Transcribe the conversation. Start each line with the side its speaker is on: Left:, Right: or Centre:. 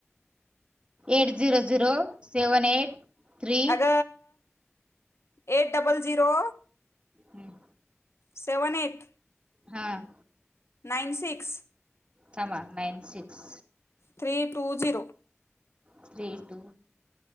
Right: Eight zero zero seven eight three
Left: अग एट डबल झिरो
Right: हम्म.
Left: Seven eight
Right: हं.
Left: Nine six
Right: थांबा nine six
Left: three two zero.
Right: Three two